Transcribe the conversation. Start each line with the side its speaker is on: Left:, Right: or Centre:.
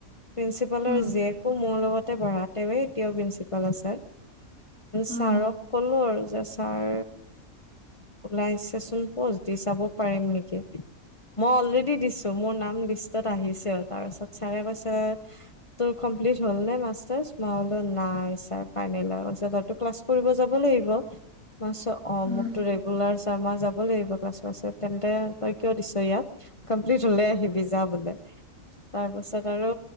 Left: প্ৰিন্সিপালৰ
Right: উম,
Left: জীয়েকো মোৰ লগত তে পঢ়া তেওঁৱে তেওঁ প্ৰিন্ঞ্চিপাল আছা
Right: উম,
Left: ছাৰক ক'লো আৰু যে ছাৰ ওলাইছেচুন পোষ্ট দি চাব পাৰিম নেকি মই অলৰেডদি দিছো মোৰ নাম লিষ্টত আহিছে তাৰ পিছত চাৰে কৈছে তোৰ কমপ্লিট হল নে মাছ যাচ মই বলো নাই ছাৰ ফাইনেল তইতো ক্লাছ কৰিব যাব লাগিব অ চ
Right: উম,
Left: মোৰতটো ৰেগুলাৰছ ত মই যাব লাগিব কাছ কছে তেন্তে তই কিয় দিছ ইয়াত কমপ্লিট হলে আহিবি যা বোলে তাৰ পাছত আৰু